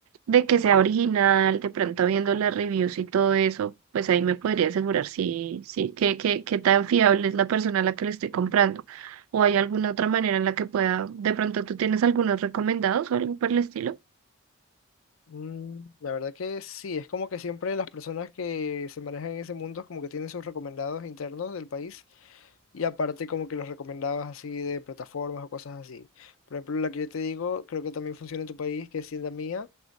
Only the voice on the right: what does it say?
de que sea original, de pronto viendo las reviews y todo eso, pues ahí me podría asegurar si, si, qué, qué, qué tan fiable es la persona a la que le estoy comprando. O hay alguna otra manera en la que pueda, de pronto tú tienes algunos recomendados o algo por el estilo.